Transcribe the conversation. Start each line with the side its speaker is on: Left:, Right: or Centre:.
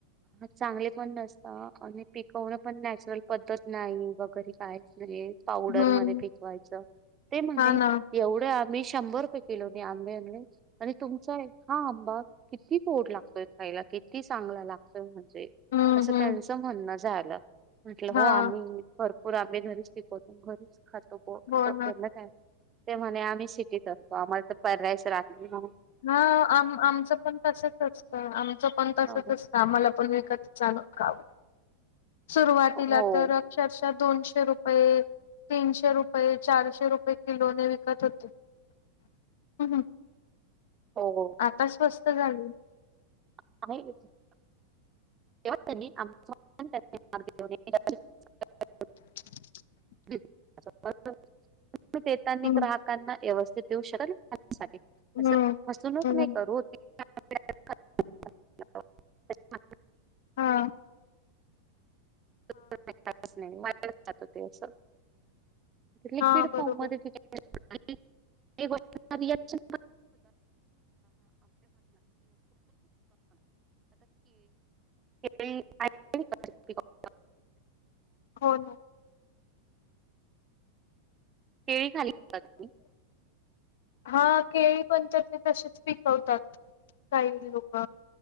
Right: चांगले पण नसतात. आणि पिकवणं पण नॅचरल पद्धत नाही वगैरे कायच- पावडर
Left: हम्म.
Right: मधे पिकवायच, ते म्हणे
Left: हां ना.
Right: एवढं आम्ही- शंभर रुपये किलोनी आंबे आणले आणि तुमचा हा आंबा- किती गोड लागतय खायला, किती चांगला लागतोय, म्हणजे
Left: हम्म,
Right: असं
Left: हम्म.
Right: त्यांचं म्हणणं झाल- म्हटलं हो
Left: हां.
Right: आम्ही भरपूर आम्ही घरीच पिकवतो घरीच- खातो
Left: हो ना.
Right: ध का ते म्हणे आम्ही सिटीत असतो आम्हाला तर पर्याश राखली म्हण <unintelligible>
Left: हा आम आमच- पण तसच असतं, आमचं पण
Right: लागत
Left: तसच असतं, आम्हाला पण विकतच आणून खाव- सुरुवातीला
Right: हो
Left: तर अक्षरशः दोनशे रुपये तीनशे रुपये चारशे रुपये किलोने विकत होते <inaudible> हम् हम्
Right: हो
Left: <inaudible> आता स्वस्त झाले
Right: <unintelligible> <unintelligible>
Left: <inaudible>
Right: <unintelligible> तु देतानी
Left: हम्म
Right: ग्राहकांना व्यवस्थित देऊ शकाल <unintelligible>
Left: हम्म
Right: असं फसवणूक
Left: हम्म.
Right: नाही करू <unintelligible> <unintelligible>
Left: हा
Right: <unintelligible> लिक्विड
Left: हां, बरोबर.
Right: फॉर्म मध्ये ग <inaudible> या गोष्टी चे रिकेशन <unintelligible> <unintelligible>
Left: हो ना
Right: केळी खाली त्ही <inaudible>
Left: हा केळी पण तर ते तसेच पिकवतात <inaudible> काही लोक